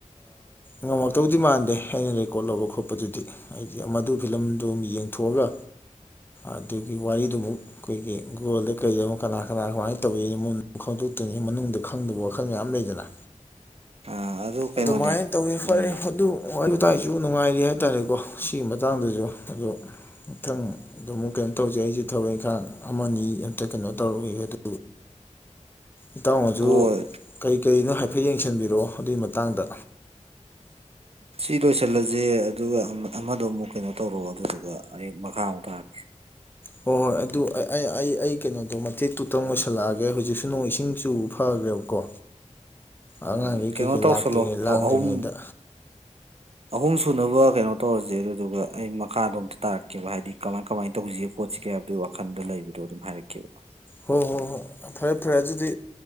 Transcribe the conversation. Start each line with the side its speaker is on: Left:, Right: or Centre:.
Left: ꯉꯝꯃꯛꯇꯧꯗꯤ ꯃꯥꯟꯗꯦ ꯑꯩꯅ ꯔꯦꯀꯣꯔꯠ ꯂꯧꯕ ꯈꯣꯠꯄꯗꯨꯗꯤ ꯍꯥꯏꯗꯤ ꯃꯗꯨ ꯐꯤꯂꯝꯗꯨ ꯌꯦꯡꯊꯣꯛꯑꯒ
Right: <inaudible>
Left: ꯑꯗꯨꯒꯤ ꯋꯥꯔꯤꯗꯨꯃꯨꯛ ꯑꯩꯈꯣꯏꯒꯤ ꯒꯨꯒꯜꯗ ꯀꯩꯗ ꯑꯃꯨꯛ ꯀꯅꯥ ꯀꯅꯥ ꯀꯃꯥꯏꯅ ꯇꯧꯏꯅꯣ ꯃꯉꯗ ꯈꯣꯡꯗꯣꯛꯇ꯭ꯔꯤꯉ ꯃꯅꯨꯡꯗ ꯈꯪꯗꯕ ꯋꯥꯈꯜ ꯃꯌꯥꯝ ꯂꯩꯗꯅ
Right: ꯑ ꯑꯗꯨ ꯀꯩꯅꯣꯅꯦ
Left: ꯑꯗꯨꯃꯥꯏꯅ ꯇꯧꯋꯤ ꯐꯔꯦ
Right: ꯎꯝ
Left: ꯑꯗꯨ ꯋꯥꯔꯤ ꯋꯥꯇꯥꯏꯁꯨ ꯅꯨꯡꯉꯥꯏꯔꯤ ꯍꯥꯏꯇꯥꯔꯦꯀꯣ ꯁꯤꯒꯤ ꯃꯇꯥꯡꯗꯁꯨ ꯑꯗꯣ ꯏꯊꯪ ꯑꯗꯨ ꯑꯃꯨꯛ ꯀꯩꯅꯣ ꯇꯧꯖꯩ ꯑꯩꯁꯦ ꯊꯕꯛ ꯏꯪꯈꯥꯡ ꯑꯃꯅꯤ ꯑꯝꯇ ꯀꯩꯅꯣ ꯇꯧꯔꯨꯏ ꯑꯗꯨ ꯏꯇꯥꯎꯅꯖꯨ
Right: ꯍꯣꯏ
Left: ꯀꯩ ꯀꯩꯅꯣ ꯍꯥꯏꯐꯦꯠ ꯌꯦꯡꯁꯟꯕꯤꯔꯛꯑꯣ ꯑꯗꯨꯏ ꯃꯇꯥꯡꯗ
Right: ꯁꯤ ꯂꯣꯏꯁꯤꯜꯂꯁꯦ ꯑꯗꯨꯒ ꯑꯃꯗꯣ ꯑꯃꯨꯛ ꯀꯩꯅꯣ ꯇꯧꯔꯣꯑꯣ ꯑꯗꯨꯗꯨꯒ ꯑꯩ ꯃꯈꯥꯃꯨꯛ ꯇꯥꯔꯀꯦ
Left: ꯍꯣꯏ ꯍꯣꯏ ꯑꯗꯨ ꯑꯩ ꯑꯩ ꯑꯩ ꯑꯩ ꯀꯩꯅꯣꯗꯣ ꯃꯇꯦꯛꯇꯨꯇꯪ ꯑꯣꯏꯣꯏꯁꯜꯂꯛꯑꯒꯦ ꯍꯧꯖꯤꯛꯁꯨ ꯅꯣꯡ ꯏꯁꯤꯡ ꯆꯨꯕ ꯐꯈ꯭ꯔꯦ ꯇꯀꯣ
Right: <inaudible>
Left: ꯑꯉꯥꯡꯈꯩ
Right: ꯀꯩꯅꯣ
Left: ꯀꯩꯀꯩ
Right: ꯇꯧꯁꯜꯂꯣ
Left: ꯂꯥꯛꯇ꯭ꯔꯤꯉꯩ ꯂꯥꯡꯗ꯭ꯔꯤꯉꯩꯗ
Right: ꯑꯍꯨꯝ ꯑꯍꯨꯝ ꯁꯨꯅꯕ ꯀꯩꯅꯣ ꯇꯧꯔꯁꯦ ꯑꯗꯨꯗꯨꯒ ꯑꯩ ꯃꯈꯥꯗꯣ ꯑꯝꯇ ꯇꯥꯔꯛꯀꯦꯕ ꯍꯥꯏꯗꯤ ꯀꯃꯥꯏ ꯀꯃꯥꯏꯅ ꯇꯧꯁꯤꯒꯦꯣꯠꯁꯤꯒꯦ ꯀꯦꯕꯗꯨ ꯋꯥꯈꯟꯗ ꯂꯩꯕꯗꯣ ꯑꯗꯨꯝ ꯍꯥꯏꯔꯛꯀꯦꯕ
Left: ꯍꯣꯏ ꯍꯣꯏ ꯍꯣꯏ ꯐꯔꯦ ꯐꯔꯦ ꯑꯗꯨꯗꯤ